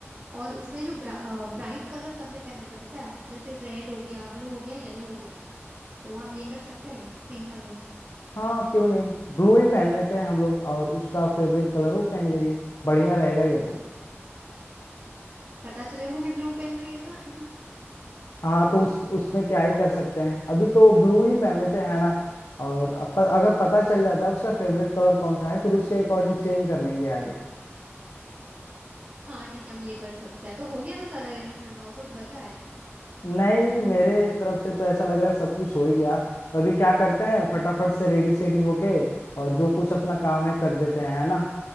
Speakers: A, on the right; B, on the left.
A: और उसमें जो ब्रा, ब्राइट कलर सबने पहना था पता है जैसे रेड हो गया ब्लू हो गया येलो हो गया तो हम ये कर सकते हैं क्या तीन कलर्स
B: हाँ क्यों नहीं ब्लू ही पहन लेते हैं हम लोग और उसका फेवरेट कलर वो पहन लेगी बढ़िया रहेगा ये तो
A: पता चले वो भी ब्लू पहन रही है तो <laughs>
B: हाँ तो उस उसमें क्या ही कर सकते हैं अभी तो ब्लू ही पहन लेते हैं ना और अब प- अगर पता चल जाता है उसका फेवरेट कलर कौन सा है फिर उसके अकॉर्डिंग चेंज कर लेंगे आगे
A: हाँ ठीक है हम ये कर सकते हैं तो हो गया ना सारा अरेंजमेंट और कुछ बचा है क्या
B: नहीं मेरे तरफ से तो ऐसा लग रहा है सब कुछ हो ही गया तो अभी क्या करते हैं फटाफट से रेडी सेडी होके और जो कुछ अपना काम है कर देते हैं है ना